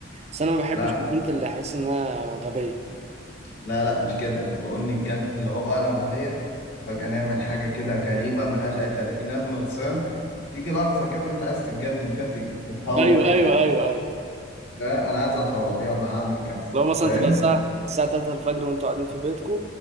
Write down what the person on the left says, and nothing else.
لا
لا لا مش كده انا بقول نتجنن اللي هو انا وهي فجأة نعمل حاجة كده غريبة ملهاش اي 30 لازمة وتسام تيجي لحظة كده انت عايز تتجنن فيها تت- تتهور
يعني
لا انا عايز اتهور يلا هعمل كذا
فاهم